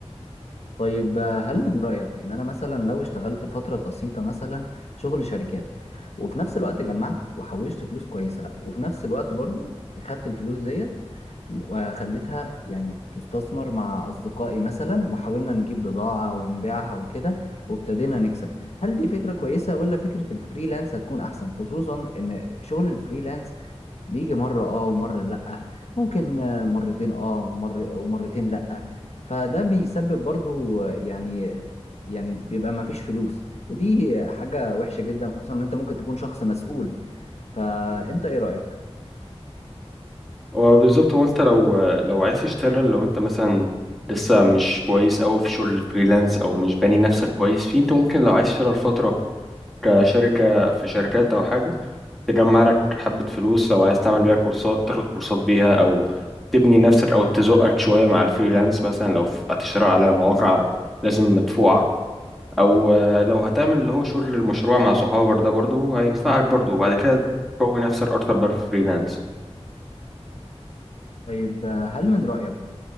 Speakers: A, on the left; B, in the centre.
A: طيب آه، هل من رأيك إن أنا مثلا لو اشتغلت فترة بسيطة مثلا شغل شركات وفي نفس الوقت جمعت وحوشت فلوس كويسة وفي نفس الوقت برضو خدت الفلوس ديت وخليتها يعني تستثمر مع أصدقائي مثلا وحاولنا نجيب بضاعة ونبيعها وكده وابتدينا نكسب هل دي فكرة كويسة ولا فكرة الفريلانس هتكون أحسن خصوصا إن شغل الفريلانس بيجي مرة اه ومرة لأ ممكن آه، مرتين اه ومر ومرتين لأ فده بيسبب برضو آه، يعني يعني بيبقى ما فيش فلوس ودي حاجة وحشة جدا خصوصا ان انت ممكن تكون شخص مسؤول فانت
B: مم.
A: ايه رأيك؟
B: وبالظبط هو انت لو لو عايز تشتغل لو انت مثلا لسه مش كويس قوي في شغل الفريلانس او مش باني نفسك كويس فيه انت ممكن لو عايز تشتغل فترة كشركة في شركات او حاجة تجمع لك حبة فلوس لو عايز تعمل بيها كورسات تاخد كورسات بيها أو تبني نفسك أو تزقك شوية مع الفريلانس مثلا لو ف- هتشتغل على مواقع لازم مدفوعة أو آه، لو هتعمل اللي هو شغل المشروع مع صحابك ده برضه هينفعك برضه وبعد كده تقوي نفسك أكتر بقى في الفريلانس
A: طيب آه، هل من رأيك